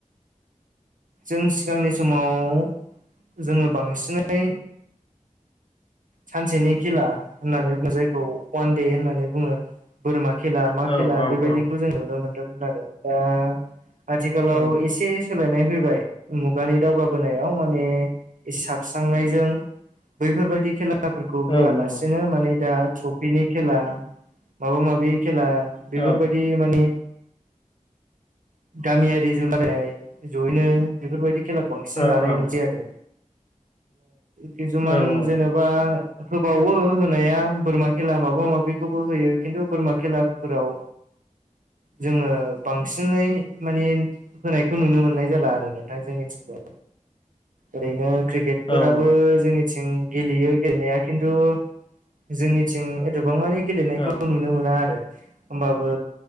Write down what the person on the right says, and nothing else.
जों सिगांनि समाव जोङो बांसिनै सानसेनि खेला होननानै बुङो जायखौ वान दे होननानै बुङो। बोरमा खेला मा
खेला
बेबायदिखौ
जों नुनो मोनदोंमोन आरो दा आथिखालाव
एसे सोलायनाय फैबाय मुगानि दावगाबोनायाव माने साबस्रांनायजों बैफोरबायदि खेला खेलाफोरखौ होआलासिनो
माने दा ट्रफिनि खेला माबा माबि खेला बेफोरबायदि
माने गामियारि जुोलाराय जयैनो बेफोरबायदि खेला बांसिन
लानाय
नुस आरो किसुमान
जेबा होबावो होनाया बोरमा खेला माबा माबिखौबो होयो खिन्थु बोरमा खेलाफोराव
जोङो बांसिनै माने होनायखौ नुनो मोननाय जाला आरो नोंथांजों मिथिंगाय ओरैनो क्रिकेटफोराबो
जोंनिथिं गेलेयो गेलेनाया खिन्थु जोंनिथिं एथबां मानि गेलेनायखौ
नु ह